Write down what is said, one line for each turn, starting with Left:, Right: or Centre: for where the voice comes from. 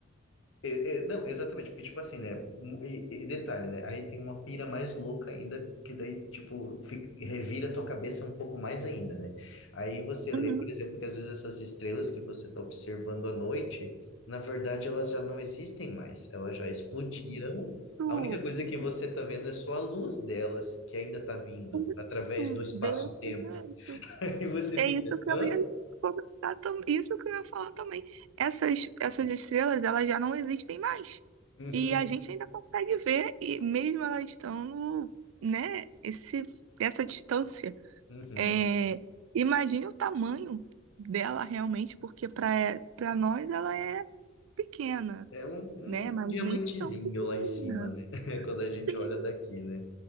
Left: É, é, não, exatamente, porque, tipo assim, né? mu- E, e detalhe, né? Aí tem uma pira mais louca ainda, que daí, tipo, fica, revira a tua cabeça um pouco mais ainda, né? Aí você lê,
Right: Uhum.
Left: por exemplo, que às vezes essas estrelas que você está observando à noite, na verdade, elas já não existem mais, elas já explodiram.
Right: Isso,
Left: A única coisa que você está vendo é só a luz delas, que ainda está vindo,
Right: isso,
Left: através do espaço-tempo.
Right: desse jeito.
Left: <laughs> Aí você
Right: É
Left: fica,
Right: isso que eu
Left: hã?
Right: ia comentar também. Isso que eu ia falar também. Essas, essas estrelas, elas já não existem mais.
Left: Uhum,
Right: E a gente ainda consegue ver, e mesmo elas estando, né, esse, essa distância.
Left: uhum.
Right: É, imagine o tamanho dela realmente, porque para para nós ela é pequena,
Left: É um, um
Right: né? Mas
Left: diamantezinho
Right: nem tão pequena.
Left: lá em cima, né? <laughs> Quando a
Right: Sim.
Left: gente olha daqui, né?